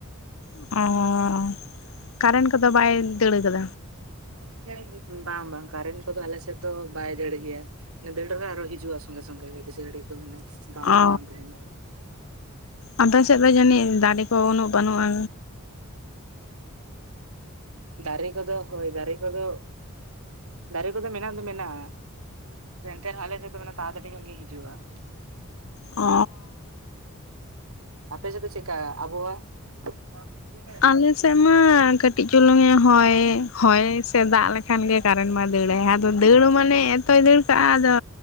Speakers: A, on the left; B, on the right.
A: <unintelligible> ᱠᱟᱨᱮᱱ ᱠᱚᱫᱚ ᱵᱟᱭ ᱫᱟᱹᱲ ᱟᱠᱟᱫᱟ?
B: <unintelligible> ᱵᱟᱝ ᱵᱟᱝ ᱠᱟᱨᱮᱱᱴ ᱠᱚᱫᱚ ᱟᱞᱮ ᱥᱮᱫ ᱫᱚ ᱵᱟᱭ ᱫᱟᱹᱲ ᱜᱮᱭᱟ᱾ ᱫᱟᱹᱲ ᱨᱮ ᱟᱨᱚ ᱦᱤᱡᱩᱜᱼᱟ ᱥᱚᱸᱜᱮ ᱥᱚᱸᱜᱮ ᱜᱮ ᱵᱮᱥᱤ ᱜᱷᱟᱹᱲᱤᱡ ᱫᱚ ᱢᱟᱱᱮ ᱵᱟᱝ ᱚᱯᱷ
A: ᱚ
B: ᱵᱟᱝ ᱛᱟᱦᱮᱱᱟ
A: ᱟᱯᱮ ᱥᱮᱫ ᱫᱚ ᱡᱟᱹᱱᱤᱡ ᱫᱟᱨᱮ ᱠᱚ ᱩᱱᱟᱹᱜ ᱵᱟᱹᱱᱩᱜᱼᱟ?
B: ᱫᱟᱨᱮ ᱠᱚᱫᱚ ᱦᱳᱭ ᱫᱟᱨᱮ ᱠᱚᱫᱚ ᱾ ᱫᱟᱨᱮ ᱠᱚᱫᱚ ᱢᱮᱱᱟᱜ ᱫᱚ ᱢᱮᱱᱟᱜᱼᱟ ᱮᱱᱛᱮ ᱨᱮᱦᱚᱸ ᱟᱞᱮ ᱥᱮᱛ ᱫᱚ ᱢᱟᱱᱮ <unintelligible> ᱜᱮ ᱦᱤᱡᱩᱜᱼᱟ ᱾
A: ᱚ
B: ᱟᱯᱮ ᱥᱮᱫ ᱫᱚ ᱪᱮᱫᱠᱟ ᱟᱵᱚᱦᱣᱟ <unintelligible>
A: ᱟᱞ ᱥᱮᱫ ᱢᱟ ᱠᱟᱹᱴᱤᱡ ᱪᱩᱞᱩᱝᱼᱮ ᱦᱚᱭ ᱦᱚᱭ ᱥᱮ ᱫᱟᱜ ᱞᱮ ᱠᱷᱟᱱ ᱜᱮ ᱠᱟᱨᱮᱱ ᱢᱟ ᱫᱟᱹᱲᱟᱭ ᱟᱫᱚ ᱫᱟᱹᱲ ᱢᱟᱱᱮ ᱮᱛᱚᱭ ᱫᱟᱹᱲ ᱠᱟᱜᱼᱟ ᱟᱫᱚ